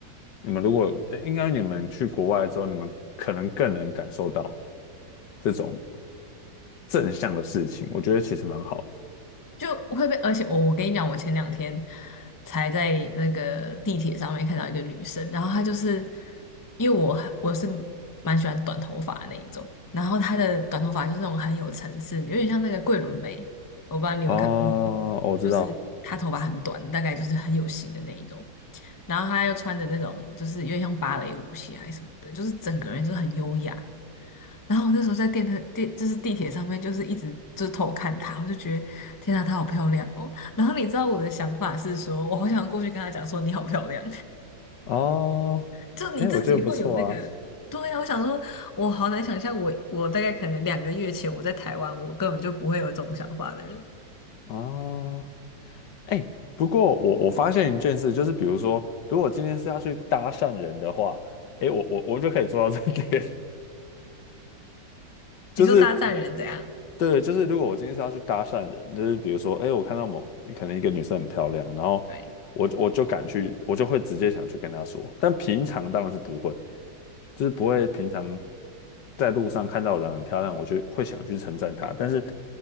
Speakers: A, on the left; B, on the left.
A: 你们如果呃应该你们去国外之后，你们可能更能感受到这种正向的事情，我觉得其实蛮好的。
B: 就会被，而且我我跟你讲，我前两天才在那个地铁上面看到一个女生，然后她就是因为我我是蛮喜欢短头发的那一种，然后她的短头发就是那种很有层次，有点像那个桂纶镁，我不知道你有没有看过，
A: 哦，我知道。
B: 就是她头发很短的，大概就是很有型的那一种，然后她又穿着那种就是有点像芭蕾舞鞋还是什么的，就是整个人就是很优雅，然后我那时候在电台地就是地铁上面，就是一直就是偷看她，我就觉得天啊，她好漂亮哦。然后你知道我的想法是说，我好想过去跟她讲说你好漂亮，
A: 哦，
B: <laughs> 就你自己会有那个。
A: 哎，我觉得不错啊。
B: 对啊，我想说，我好难想象我，我大概可能两个月前我在台湾，我根本就不会有这种想法的人。
A: 啊，哎，不过我我发现一件事，就是比如说，如果今天是要去搭讪人的话，哎，我我我就可以做到这点。就是
B: 你说大赞人怎样？
A: 对，就是如果我今天是要去搭讪人，就是比如说，哎，我看到某可能一个女生很漂亮，然后我我就敢去，
B: 对，
A: 我就会直接想去跟她说，但平常当然是不会，就是不会平常在路上看到人很漂亮，我就会想去称赞她。但是